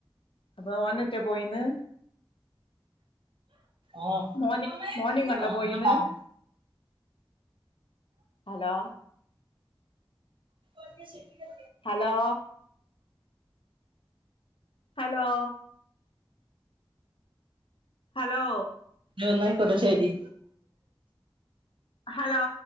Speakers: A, on the left; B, on the right.
A: അപ്പൊ ഓനാറ്റേ പോയിന്ന്.
B: ആഹ്
A: മോന്
B: ആഹ്
A: മോന് എങ്ങോട്ടാ പോയിന്ന്. ഹലോ?
B: ഒക്കെ ശരിയെടോ
A: ഹലോ? ഹലോ? ഹലോ?
B: ഒന്നാ യിക്കോട്ടെ ശരി
A: ഹലോ?